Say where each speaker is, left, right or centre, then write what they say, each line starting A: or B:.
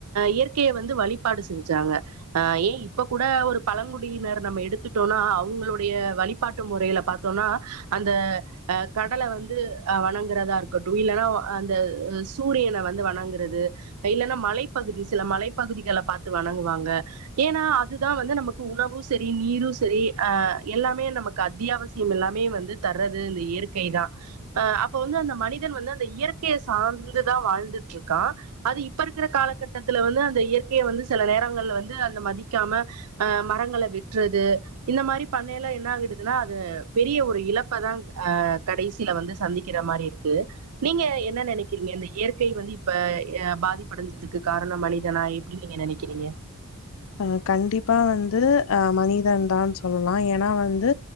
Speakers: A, on the right; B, on the left.
A: இயற்கைய வந்து வழிபாடு செஞ்சாங்க ஆ ஏ இப்ப கூட ஒரு பழங்குடியினர் நம்ம எடுத்துட்டோம்னா அவுங்களுடைய வழிபாட்டு முறையில பாத்தோம்னா அந்த அ கடல வந்து அ வணங்குறதா இருக்கட்டு இல்லன்னா அந்த சூரியனை வந்து வணங்குறது இல்லன்னா மழை பகுதி சில மலைப்பகுதிகள பாத்து வணங்குவாங்க ஏன்னா அதுதான் வந்து நமக்கு உணவு சரி நீரு சரி அ எல்லாமே நமக்கு அத்தியாவசியம் எல்லாமே வந்து தர்றது இந்த இயற்கை தான் அஹ அப்ப வந்து அந்த மனிதன் வந்து அந்த இயற்கைய சார்ந்துதான் வாழ்ந்துற்று இருக்கான் அது இப்ப இருக்கிற கால கத்து வந்து அந்த இயற்கையை வந்து சில நேரங்கள்ல வந்து அந்த மதிக்காம அ மரங்கள வெட்றது இந்த மாரி பண்ணயல்லா என்ன ஆகடுதுன்னா அது பெரிய ஒரு இழப்பதான அ கடைசியில வந்து சந்திக்கிற மாரி இருக்கு நீங்க என்ன நினைக்கிறீங்க இந்த இயற்கை வந்து இப்ப பாதிப்படஞ்சதுக்கு இதுக்கு காரணமா மனிதனா எப்டினு நீங்க நெனக்கிறீங்க
B: அ கண்டிப்பா வந்து அ மனிதன் தான்னு சொல்லா ஏன்னா வந்து